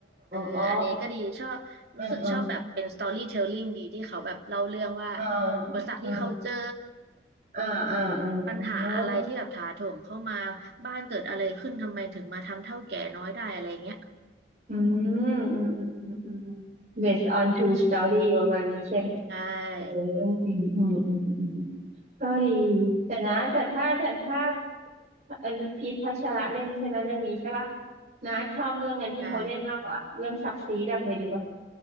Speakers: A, on the right; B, on the right.
A: เอออันนี้ก็ดีชอบรู้สึกชอบแบบเป็นสตอรี่เทลลิ่งดีที่เขาแบบเล่าเรื่องว่า
B: อ๋ออ่าอ่าอ่า
A: อุปสรรคที่เขาเจอ
B: อ่าอ่าอ่าอ่า
A: ปัญหาอะไรที่แบบถาโถมเข้ามาบ้านเกิดอะไรขึ้นทำไมถึงมาทำเท่าแก่น้อยได้อะไรเงี้ย
B: อืมอืมอืมอืมอืมอืม based on true story ประมาณนี้ใช่ไหม
A: ใช่
B: เออเรื่องจริงอืมอืมอืม ก็ดีแต่นะแต่ถ้าแต่ถ้าเอ่อพีทพัชระเล่นใช่ไหมเรื่องนี้ใช่ป่ะนะชอบเรื่องนั้นที่เขาเล่นมากกว่าเรื่องซักซีดอะเคยดูป่ะ
A: ใช่